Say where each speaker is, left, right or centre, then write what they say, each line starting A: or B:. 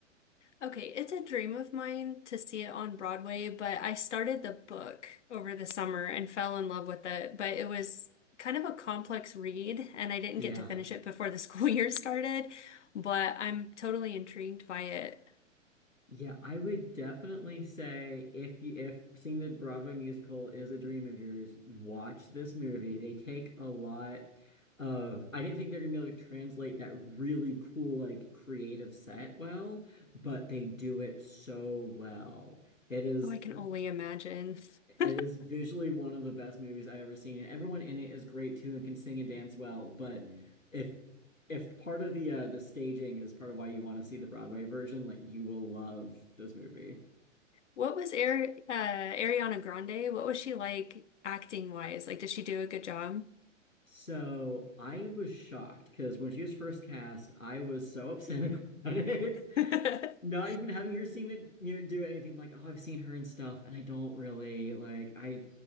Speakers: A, on the left; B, on the left.
A: Okay, it's a dream of mine to see it on Broadway, but I started the book over the summer and fell in love with it. But it was kind of a complex read, and I didn't
B: Yeah.
A: get to finish it before the <laughs> school year started. But I'm totally intrigued by it.
B: Yeah, I would definitely say if you if seeing the Broadway musical is a dream of yours, watch this movie. They take a lot of I didn't think they're gonna be able to translate that really cool like creative set well, but they do it so well. It is
A: Oh, I can only imagine. <laughs>
B: It is visually one of the best movies I've ever seen. and Everyone in it is great too and can sing and dance well. But if if part of the uh, the staging is part of why you want to see the Broadway version, like you will love this movie.
A: What was Ari uh, Ariana Grande? What was she like acting wise? Like, did she do a good job?
B: So I was shocked because when she was first cast, I was so <laughs> upset about it.
A: <laughs>
B: not even having her seen it, you know, do anything like, oh, I've seen her and stuff, and I don't really like I